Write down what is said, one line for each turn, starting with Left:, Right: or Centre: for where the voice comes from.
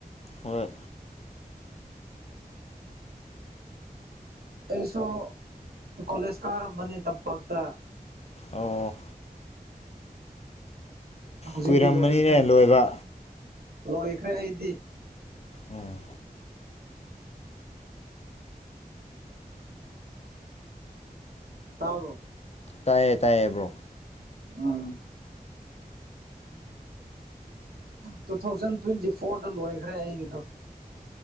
Left: ꯍꯣꯏ
Right: ꯑꯩꯁꯨ ꯀꯣꯂꯦꯖ ꯀꯥꯔꯝꯕꯅꯤ ꯇꯝꯄꯥꯛꯇ
Left: ꯑꯧ
Right: ꯍꯧꯖꯤꯛꯇꯤ
Left: ꯀꯨꯏꯔꯝꯃꯅꯤꯅꯦ
Right: ꯂꯣꯏꯈ꯭ꯔꯦ
Left: ꯂꯣꯏꯕ
Right: ꯂꯣꯏꯈ꯭ꯔꯦ ꯑꯩꯗꯤ
Left: ꯎꯝ
Right: ꯇꯥꯕ꯭ꯔꯣ
Left: ꯇꯥꯏꯌꯦ ꯇꯌꯦ ꯕ꯭ꯔꯣ
Right: ꯑꯥ ꯇꯨ ꯊꯥꯎꯖꯟ ꯇ꯭ꯋꯦꯟꯇꯤ ꯐꯣꯔꯗ ꯂꯣꯏꯈ꯭ꯔꯦ ꯑꯩꯒꯤꯗꯣ